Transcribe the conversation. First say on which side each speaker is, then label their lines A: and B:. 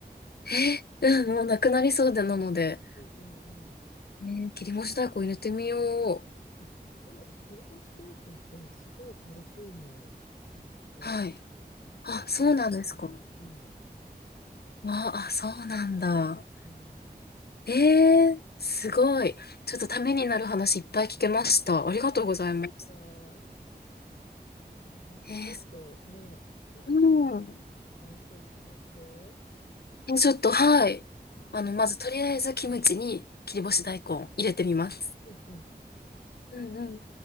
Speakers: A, on the left; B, on the left.
A: え、うん、もうなくなりそうでなので、
B: う。うん、うん、うん。
A: えー切り干し大根入れてみよう。
B: あ、そうだ、切り干し大根ってすごいカルシウムなんだって。
A: はい。
B: なんか、きっと、
A: あ、そうなんですか。
B: 選ぶのにもいいよ。
A: あ、あ、そうなんだ。
B: うん。
A: えー、すごい。ちょっとためになる話いっぱい聞けました。ありがとうございます。
B: あ、よかった。えーまたちょっとね、
A: えー、
B: もし試して
A: うん。
B: たら感想を聞かせて。
A: えちょっと、はい。
B: うん。
A: あの、まずとりあえずキムチに切り干し大根入れてみます。
B: うん、うん。
A: うんうん。